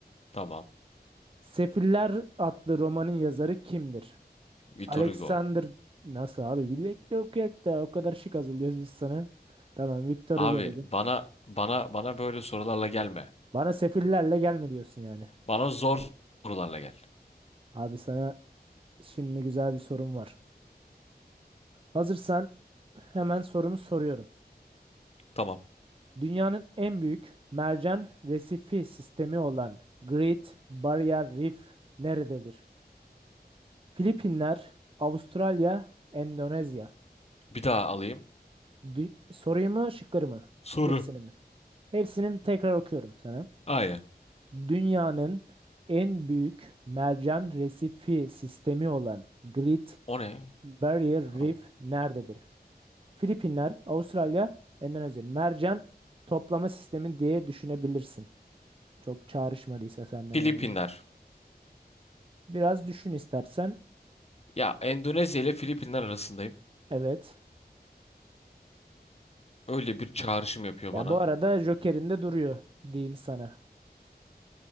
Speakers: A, on the left; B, on the right.
A: Tamam.
B: Sefiller adlı romanın yazarı kimdir?
A: Vitor
B: Alexander
A: Hugo.
B: nasıl abi? Bir bekle okuyak da o kadar şık hazırlıyoruz biz sana. Tamam Victor
A: Abi
B: Hugo dedim.
A: bana bana bana böyle sorularla gelme.
B: Bana sefillerle gelme diyorsun yani.
A: Bana zor sorularla gel.
B: Abi sana şimdi güzel bir sorum var. Hazırsan hemen sorumu soruyorum.
A: Tamam.
B: Dünyanın en büyük mercan resifi sistemi olan Great Barrier Reef nerededir? Filipinler, Avustralya, Endonezya.
A: Bir daha alayım.
B: Dü- soruyu mu, şıkları mı?
A: Soru.
B: Hepsini mi? Hepsini bir tekrar okuyorum sana.
A: Aynen.
B: Dünyanın en büyük mercan resifi sistemi olan Great
A: O ne?
B: Barrier
A: Tamam.
B: Reef nerededir? Filipinler, Avustralya, Endonezya. Mercan toplama sistemi diye düşünebilirsin. Çok çağrışmadıysa sende
A: Filipinler.
B: ne oldu? Biraz düşün istersen.
A: Ya Endonezya ile Filipinler arasındayım.
B: Evet.
A: Öyle bir çağrışım yapıyor
B: Ya
A: bana.
B: bu arada Joker'in de duruyor diyeyim sana.